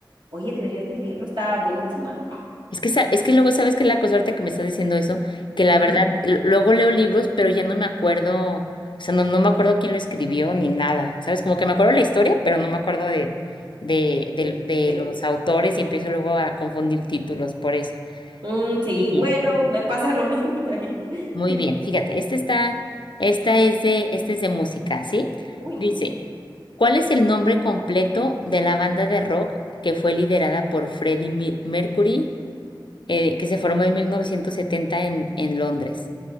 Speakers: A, on the right; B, on the left.
A: Oye, deberías de leerlo, está buenísima.
B: Es que, sa- es que luego, ¿sabes qué es la cosa ahorita que me estás diciendo eso? Que la
A: Ujú.
B: verdad, l- luego leo libros, pero ya no me acuerdo, o sea, no, no me acuerdo quién lo escribió ni nada, ¿sabes? Como que me acuerdo la historia, pero no me acuerdo de, de, de,
A: Sí,
B: de
A: sí.
B: los autores y empiezo luego a confundir títulos por eso.
A: Mm, sí,
B: Muy bien,
A: bueno, me pasa lo mismo también. <laughs>
B: muy bien. Fíjate, este está, esta es de, este es de música, ¿sí?
A: Uy,
B: Dice, ¿cuál es el nombre completo de la banda de rock que fue liderada por Freddie Mi- Mercury? eh, que se formó en 1970 en, en Londres.